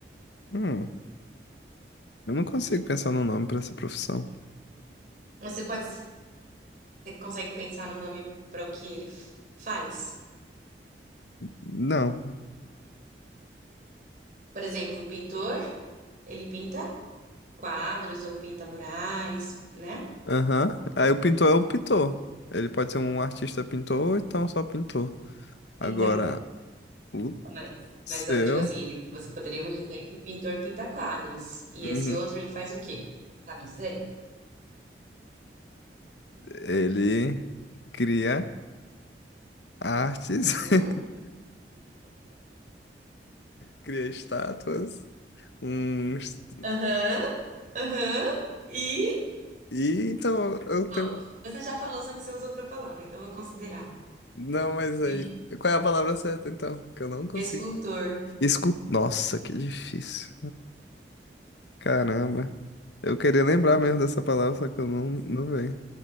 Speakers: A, on the left; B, on the right.
A: Hum. Eu não consigo pensar num nome pra essa profissão.
B: Você pode Você consegue pensar no nome para o que ele f- faz?
A: Não.
B: Por exemplo, o pintor, ele pinta quadros ou pinta murais, né?
A: Aham. Aí o pintor é o pintor. Ele pode ser um artista pintor ou então só pintor. Agora,
B: Então,
A: o
B: mas,
A: seu,
B: mas eu digo assim, ele, você poderíamos dizer que o pintor pinta quadros. E
A: uhum,
B: esse outro, ele faz o quê? Sabe dizer?
A: ele cria artes,
B: Uhum.
A: <laughs> cria estátuas, uns...
B: Aham. Aham. E?
A: E então eu
B: Bom,
A: tenho.
B: você já falou, só que você usou outra palavra, então eu vou considerar.
A: Não, mas aí.
B: É um
A: Qual é a palavra certa então? Que eu não consigo.
B: Escultor.
A: Escu... Nossa, que difícil. Caramba. Eu queria lembrar mesmo dessa palavra, só que eu não, não vejo.